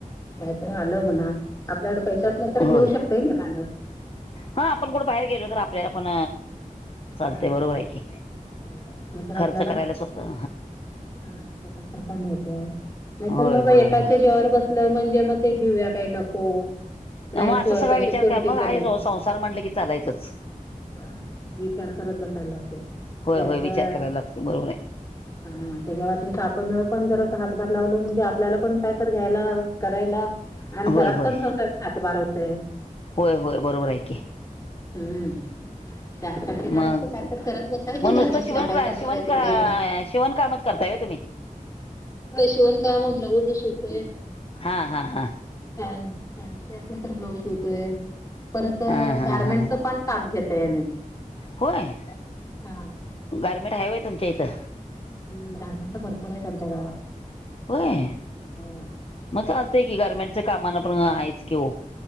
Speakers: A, on the left; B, on the left.
A: काय तर आलं म्हणा आपल्याकड पैसे असले तर घेऊ
B: होय
A: शकते ना माॅणर
B: हा आपण कुठ बाहेर गेलो तर आपल्याला पण चालत
A: हां.
B: बरोबर आहे की
A: तेवढं असलं तर आपल्याला
B: खर्च करायला
A: हा
B: स्वतः
A: स्वतंत्र पण येत्या. नाहीतर
B: होय
A: मग बाई
B: होय
A: एकाच्या
B: होय
A: जेवावर बसलं म्हणजे मग ते घेऊया काय नको नाही
B: मग असा सगळा
A: पैसे
B: विचार
A: पुरतील
B: करा मग
A: का नाही
B: संसार म्हटलं की चालायचच?
A: हा मग विचार करत बसायलागते
B: होय
A: त्याच्या
B: होय विचार करायला लागतो बरोबर आहे
A: हा त्याच्या वाटनेत आपण पण जर अस हातभार लावलं म्हणजे आपल्याला पण काय तर घ्यायला करायला आणि घरात
B: होय होय
A: पण संसार हात भार होतय.
B: होय होय बरोबर आहे की
A: हम्म त्यासाठी जरा
B: मग
A: अस काय तर करत बसायचं
B: मग नुसतं
A: घर बसल्या
B: शिवण
A: काय
B: क्ला
A: करणार
B: शिवण
A: आहे तिकड,
B: का
A: इकडं,
B: शिवण कामच करताय होय तुम्ही
A: होय शिवण काम ब्लाउज शिवतोय.
B: हा हा हा.
A: फॅनस फॅन्सी असल्या तर ब्लाऊज शिवतोय परत
B: हा हा
A: गारमेंटच
B: हा
A: पण काम घेते आहे मी.
B: होय.
A: हा.
B: गारमेंट आहे होय तुमच्या इथं?
A: ह गारमेंट तर भरपूर आहेत आमच्या गावात.
B: होय
A: होय
B: मग चालतय की गारमेंटच्या कामाना
A: हा.
B: पण आहेयच कि हो.